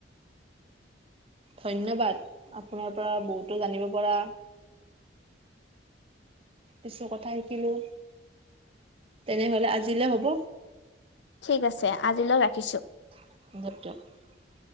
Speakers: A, on the right (about 30°); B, on the left (about 75°).
A: ধন্যবাদ আপোনাৰ পৰা বহুতো জানিব পৰা কিছু কথা শিকিলোঁ। তেনেহলে আজিলে হ'ব
B: ঠিক আছে আজিলৈ ৰাখিছো।
A: <unintelligible>